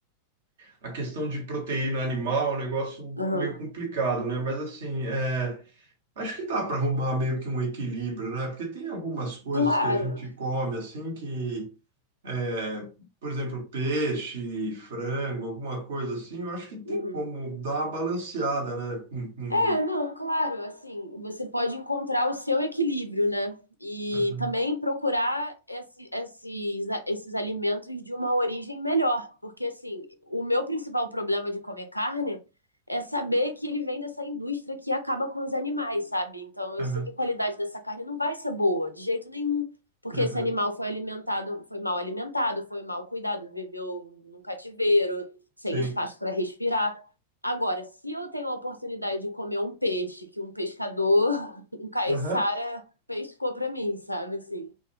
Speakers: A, on the right; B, on the left.
A: a questão de proteína animal é um negócio
B: Aham.
A: meio complicado, né? Mas assim, é, acho que dá para arrumar meio que um equilíbrio, né? Porque tem algumas coisas
B: Claro.
A: que a gente come assim que, é, por exemplo, peixe, frango, alguma coisa assim, eu acho que tem
B: Uhum.
A: como dar uma balanceada, né? Hum, hum.
B: É, não, claro, assim, você pode encontrar o seu equilíbrio, né? E
A: Aham,
B: também procurar esse- esses, esses alimentos de uma origem melhor. Porque, assim, o meu principal problema de comer carne é saber que ele vem dessa indústria que acaba com os animais, sabe? Então, eu
A: aham,
B: sei que a qualidade dessa carne não vai ser boa, de jeito nenhum. Porque
A: aham.
B: esse animal foi alimentado, foi mal alimentado, foi mal cuidado, viveu num cativeiro, sem
A: Sim.
B: espaço para respirar. Agora, se eu tenho a oportunidade de comer um peixe que um pescador, <laughs> um caiçara
A: Aham.
B: pescou pra mim, sabe assim?